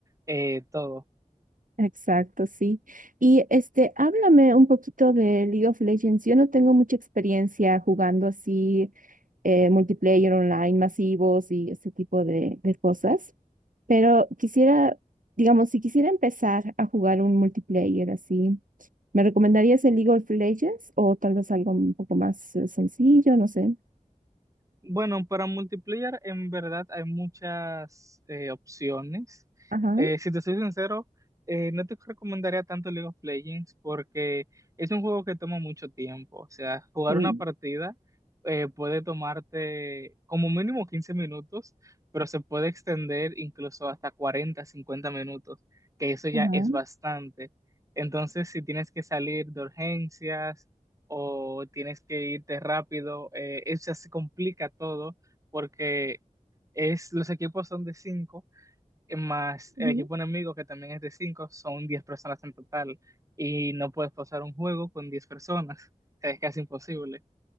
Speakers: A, on the right; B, on the right.
A: eh, todo.
B: Exacto, sí. Y este, háblame un poquito de League of Legends. Yo no tengo mucha experiencia jugando así eh, multiplayer online masivos y este tipo de, de cosas. Pero quisiera, digamos, si quisiera empezar a jugar un multiplayer así, ¿me recomendarías el League of Legends o tal vez algo un poco más eh, sencillo? No sé.
A: Bueno, para multiplayer en verdad hay muchas eh, opciones.
B: Ajá,
A: Eh, si te soy sincero, eh, no te recomendaría tanto League of Legends porque es un juego que toma mucho tiempo. O sea, jugar
B: sí,
A: una partida eh, puede tomarte como mínimo 15 minutos, pero se puede extender incluso hasta 40, 50 minutos, que eso ya
B: ajá,
A: es bastante. Entonces, si tienes que salir de urgencias, o tienes que irte rápido. eh, eso se complica todo porque es, los equipos son de cinco, eh, más
B: ujú,
A: el equipo enemigo que también es de cinco, son 10 personas en total y no puedes pasar un juego con 10 personas. o sea, Es casi imposible.